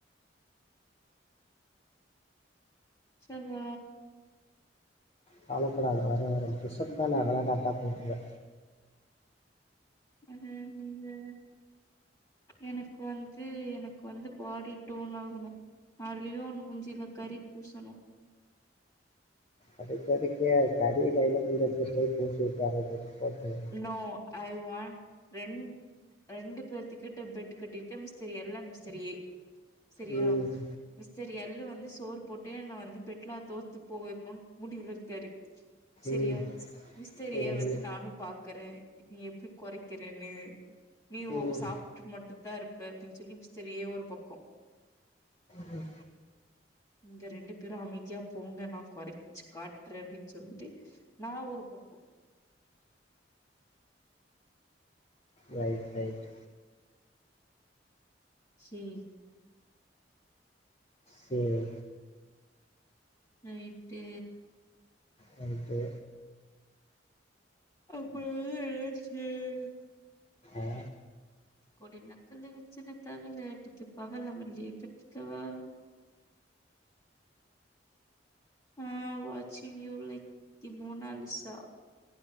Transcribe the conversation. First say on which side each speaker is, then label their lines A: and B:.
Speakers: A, on the left; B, on the left.
A: ஷபா
B: கவலப்படாத வரு வரு புஷ் அப் தான அதெல்லா கரெக்டா போற்றுவே
A: அட நீ வேற எனக்கு வந்து எனக்கு வந்து பாடி டோன் ஆகணு ஆ லியோன் மூஞ்சில கறி பூசணு
B: அதுக்கு எதுக்கு கரிய கைல கொஞ்ச எத்து போய் பூசி வுட்ற வேண்டியதா <inaudible>
A: நோ ஐ வான்ட் ரெண் ரெண்டு பேத்து கிட்ட பெட் கட்டிருக்கே மிஸ்டர் எல் அன் மிஸ்டர் ஏ செரியா
B: ம்
A: மிஸ்டர் எல்லு வந்து சோறு போட்டு என்ன வந்து பெட்லா தோத்து போக வைக்கணுனு முடிவுல இருக்காரு சரியா
B: ம்
A: மிஸ்டர்
B: சரி
A: ஏ வந்து நானு பாக்குறே நீ எப்டி கொறைக்கிறேன்னு நீ ஓ
B: ம்
A: சாப்ட்டு மட்டு தா இருப்பே அப்டின்னு சொல்லி மிஸ்டர் ஏ ஒரு பக்கொ
B: ம்
A: நீங்க ரெண்டு பேரு அமைதியா போங்க நா கொறச்சு காட்டுறே அப்டின் சொல்ட்டு நா ஒரு பக்கொ
B: ரைட் ரைட்
A: சேர்
B: சேரி
A: ரைட்டு
B: ரைட்டு
A: இப்போ வந்து நா <unintelligible>
B: ஆ
A: கொடி நக்கலு வெச்சுன்னு தவிலு அடிச்சி பவள மல்லிய கட்டிக்கவா ஆ வாட்சிங் யூ லைக் தி மோனாலிசா